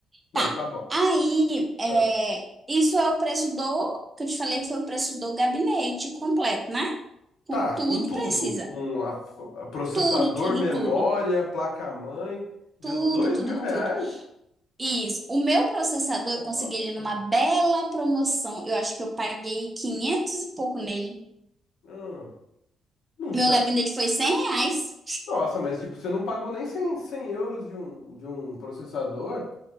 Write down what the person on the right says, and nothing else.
Tá.
Aí, é,
isso é o preço do, que eu te falei, foi o preço do gabinete completo, né? Com
tudo
que precisa.
Tudo, tudo,
tudo.
Tudo,
tudo,
tudo. Isso. O meu processador, eu consegui
ele numa bela promoção. Eu acho que eu paguei 500 e pouco nele.
Meu
gabinete foi 100 reais.